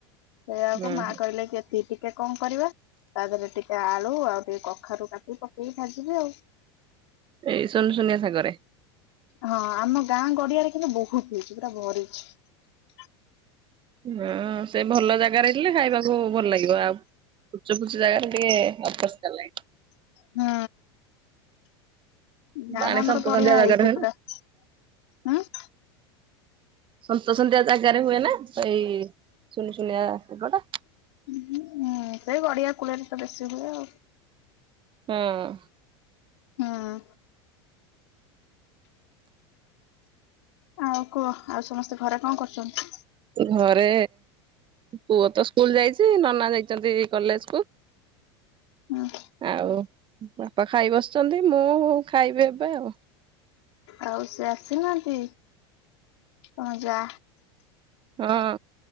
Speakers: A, on the left; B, on the right.
A: ସେଇଆକୁ
B: ହୁଁ
A: ମା
B: ହୁଁ।
A: କହିଲେ କି -ଏତି ଟିକେ କଣ କରିବା, ତା ଦେହରେ ଟିକେ ଆଳୁ ଆଉ ଟ <unintelligible> କଖାରୁ କାଟି ପକେଇକି ଭାଜିବେ ଆଉ
B: ଏଇ ସୁନୁସୁନିଆ ଶାଗରେ
A: ହଁ ଆମ ଗାଁ ଗଡିଆରେ କିନ୍ତୁ ବହୁତ ହେଇଛି, ପୁରା ଭରିଛି।
B: ହଁ, ସେ ଭଲ ଜାଗାରେ ଥିଲେ, ଖାଇବାକୁ ଭଲ ଲାଗିବ ଆଉ ଫୁଚୁ ଫୁଚୁ ଜାଗାରେ ଟିକେ ଅପରିଷ୍କାର ଲାଗେ।
A: ହୁଁ ନା
B: ପାଣି
A: ତ ଆମର
B: ସନ୍ତ
A: ବଢିଆ
B: ସନ୍ତିଆ ଜାଗାରେ
A: ହେଇଛ
B: ହୁଏ
A: ପୁରା
B: ନା
A: ହୁଁ <unintelligible>
B: ସନ୍ତସନ୍ତିଆ ଜାଗାରେ ହୁଏ ନା ସେଇ ସୁନୁସୁନିଆ ଶାଗ ଟା।
A: ହୁଁ ସେ ଗଡିଆ ତ ବେଶୀ ହୁଏ ଆଉ
B: ହଁ
A: ହଁ ଆଉ କୁହ ଆଉ ସମସ୍ତେ ଘରେ କଣ କରୁଛନ୍ତି?
B: ଘରେ ପୁଅ ତ ସ୍କୁଲ ଯାଇଛି, ନନା ଯାଇଛନ୍ତି କଲେଜ କୁ
A: ହୁଁ <inaudible>
B: ଆଉ ବାପା ଖାଇ ବସିଛନ୍ତି, ମୁଁ ଖାଇବି ଏବେ ଆଉ
A: ଆଉ ସେ ଆସିନାହାନ୍ତି, ତମ ଯା
B: ହଁ